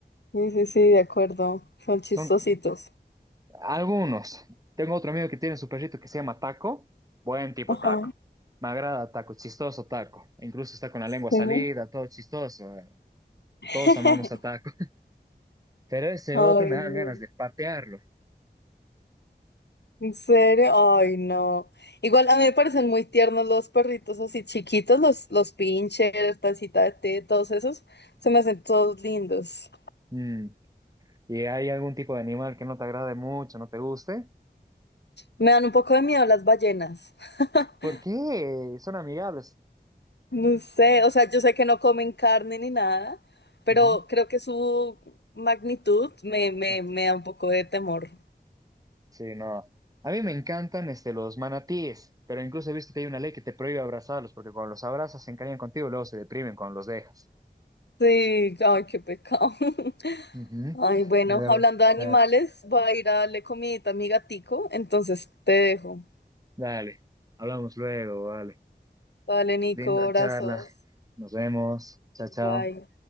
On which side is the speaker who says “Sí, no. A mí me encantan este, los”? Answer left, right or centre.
Right